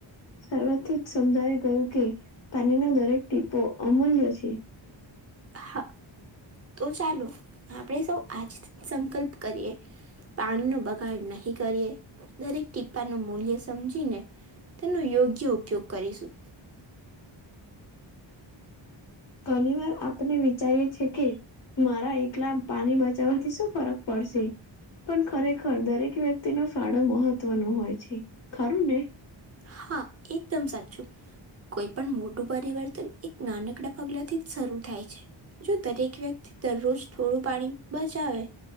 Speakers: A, on the left; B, on the right.
A: શરૂઆતથી જ સમજાવી ગયું કે પાણીનો દરેક ટીપો અમૂલ્ય છે.
B: હા તો ચાલો આપણેે સૌ આજથી સંકલ્પ કરીએ પાણીનો બગાડ નહી કરીએ દરેક ટીપાનો મૂલ્ય સમજીને તેનો યોગ્ય ઉપયોગ કરીશું.
A: ઘણી વાર આપને વિચારીએ છે કે મારા એકલા પાણી બચાવવાથી શું ફરક પડશે. પણ ખરેખર દરેક વ્યક્તિનો ફાળો મહત્વનો હોય છે. ખરું ને
B: હા એકદમ સાચું કોઈ પણ મોટું પરિવર્તન એક નાનકડા પગલા થી જ શરૂ થાય છે. જો દરેક વ્યક્તિ દરરોજ થોડું પાણી બચાવે